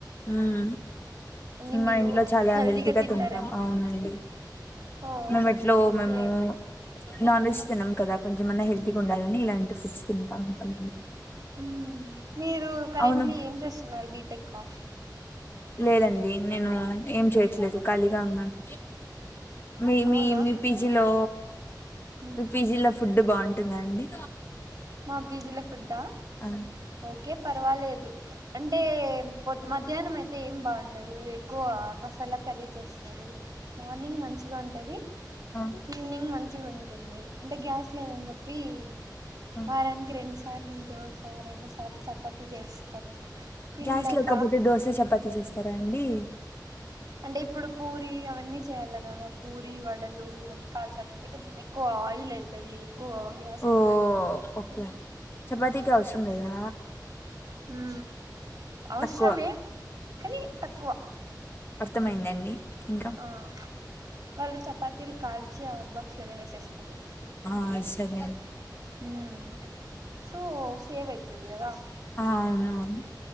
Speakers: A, on the left; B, on the right.
A: ఉమ్
B: అన్ని
A: మా
B: మీరు
A: ఇంట్లో చాలా
B: హెల్దీగా
A: హెల్తీగా
B: తింటారని
A: తింటాం అవునండి.
B: ఓ
A: మేమిట్లో
B: ఓకే
A: మేము నాన్ వెజ్
B: మ్మ్
A: తినం కదా కొంచ కొంచమన్నా హెల్తీగా ఉండాలని ఇలాంటి ఫుడ్స్ తింటా ఉంటాం
B: ఉ మీరు కరెంట్లీ
A: అవును
B: ఏం చేస్తున్నారు బీటెక్ అ
A: లేదండి నేను ఏం చేయట్లేదు ఖాళీగా ఉన్నాను. మీ మీ
B: అవునా
A: మీ పిజీలో
B: మ్మ్
A: మీ పిజీలో ఫుడ్ బాగుంటుంద అండి
B: మా పిజిల ఫుడ్డా
A: ఆ
B: ఓకే పర్వాలేదు అంటే పొద్ మధ్యాహ్నం అయితే ఏం బాగుండదు ఎక్కువ మసాలా కర్రీ చేస్త స్తారు మార్నింగ్ మంచిగా ఉంటది
A: ఆ
B: ఈవినింగ్ మంచిగుంటుంది అంటే గ్యాస్ లేదని చెప్పి ఇ
A: ఆ
B: వారానికి రెండు సార్లు దోశ, రెండు సార్లు చపాతి చేస్తారు. తినలేక
A: గ్యాస్ లేకపోతే దోశ, చపాతీ చేస్తారా అండి.
B: అంటే ఇప్పుడు పూరి అవన్నీ చేయాలి కదా పూరి, వడలు ఇవన్నీ కాల్చాలంటే కొంచెం ఎ ఎక్కువ ఆయిల్ అయితది ఎక్కువ గ్యాస్
A: ఓ
B: అయితది
A: ఒకే చపాతీకి అవసరం లేదా
B: ఉ అవసరమే
A: తక్కువ
B: కానీ తక్కువ
A: అర్థమైందండి ఇంగ్
B: ఆ వాళ్ళు చపాతీలు కాల్చి హాట్ బాక్స్ లోనే వేసేస్తారు.
A: ఆ సరే అ <inaudible>
B: ఊ సో సేవ్ అయితది కదా
A: ఆ అవునవును